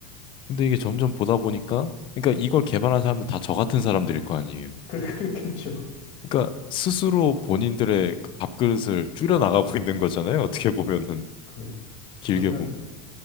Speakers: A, on the left; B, on the left.
A: 근데 이게 점점 보다 보니까, 그러니까 이걸
B: 네.
A: 개발한 사람은 다 저 같은 사람들일 거 아니에요.
B: <laughs> 그- 그렇겠죠.
A: 그러니까 스스로 본인들의 그 밥그릇을 줄여 나가고 <laughs> 있는 거잖아요.
B: 네.
A: 어떻게 보면은
B: 그,
A: 길게
B: 그러면
A: 보면.